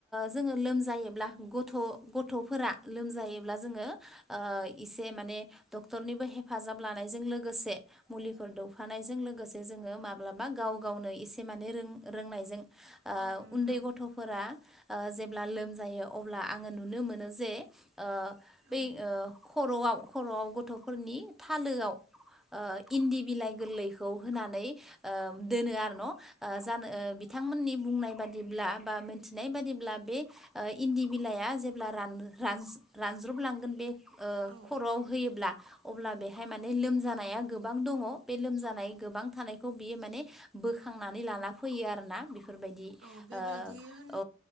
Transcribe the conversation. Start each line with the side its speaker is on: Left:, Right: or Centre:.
Centre: जोङो लोमजायोब्ला गथ' गथ'फोरा लोमजायोब्ला जोङो ओ इसे माने डक्टरनिबो हेफाजाब लानायजों लोगोसे मुलिफोर दौफानायजों लोगोसे जोङो माब्लाबा गाव गावनो माने रों रोंनायजों ओ
Right: औ नोंथां
Centre: उन्दै गथ'फोरा ओ जेब्ला लोमजायो अब्ला आङो नुनो मोनो जे ओ बै
Right: औ
Centre: ओ खर'आव खर'आव गथ'फोरनि थालोआव ओ इन्दि बिलाइ गोरलै खौ होनानै ओ दोनो आरो न' ओ जानो ओ बिथांमोननि बुंनाय बादिब्ला बा मोनथिनाय बादिब्ला बे ओ इन्दि बिलाइआ जेब्ला रान रान रानज्रबलांगोन बे ओ
Right: औ
Centre: खर'आव होयोब्ला अब्ला बेहाय माने लोमजानाया गोबां दङ बे लोमजानाय गोबां थानायखौ बियो माने बोखांनानै लाना फैयो आरोना बेफोरबायदि
Right: औ बेबायदि
Centre: ओ
Right: होन
Centre: औ